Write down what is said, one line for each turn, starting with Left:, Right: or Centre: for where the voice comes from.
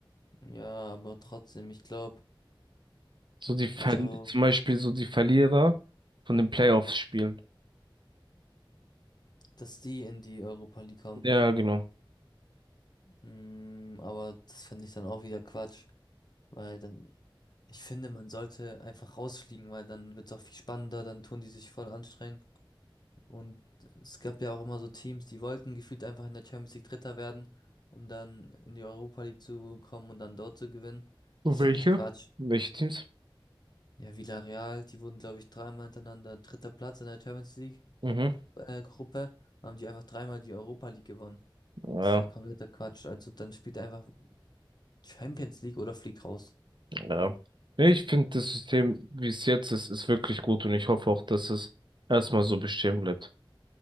Left: Ja, aber trotzdem, ich glaube,
Right: So die Ver
Left: also,
Right: zum Beispiel so die Verlierer von den Playoffs spielen.
Left: dass die in die Europa League kommen.
Right: Ja, genau.
Left: Mm, aber das fände ich dann auch wieder Quatsch, weil dann, ich finde, man sollte einfach rausfliegen, weil dann wird es auch viel spannender, dann tun die sich voll anstrengen. Und es gab ja auch immer so Teams, die wollten gefühlt einfach in der Champions League Dritter werden, um dann in die Europa League zu kommen und dann dort zu gewinnen. Das
Right: Und Welche?
Left: finde ich Quatsch.
Right: Welche Teams?
Left: Ja, Villarreal, die wurden, glaube ich, dreimal hintereinander dritter Platz in der Champions League
Right: Mhm.
Left: äh, Gruppe, haben die einfach dreimal die Europa League gewonnen.
Right: Ja,
Left: Das ist ja kompletter Quatsch. Also dann spielt einfach Champions League oder fliegt raus.
Right: ja. Nee, ich finde das System, wie es jetzt ist, ist wirklich gut und ich hoffe auch, dass es erstmal so bestehen bleibt.